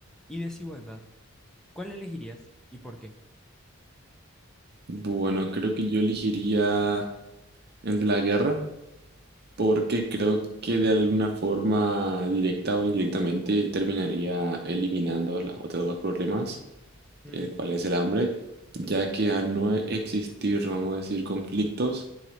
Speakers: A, in the centre; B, on the right.
A: y desigualdad, ¿cuál elegirías y por qué?
B: Bueno, creo que yo elegiría el de la guerra porque creo que de alguna forma directa o indirectamente terminaría eliminando los otros dos problemas,
A: Mm,
B: el cual es el hambre, ya que al no existir, vamos a decir, conflictos,